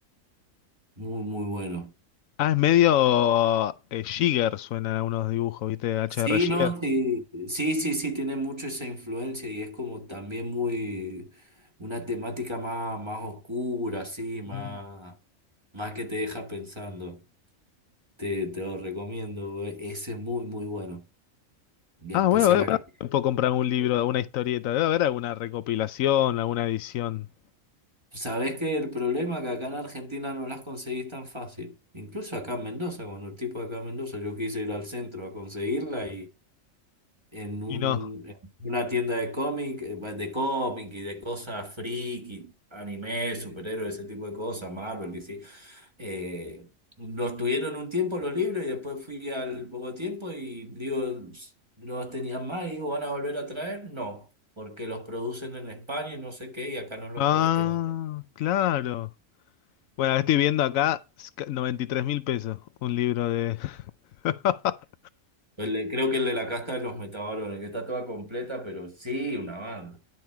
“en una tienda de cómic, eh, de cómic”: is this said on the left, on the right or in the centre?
Right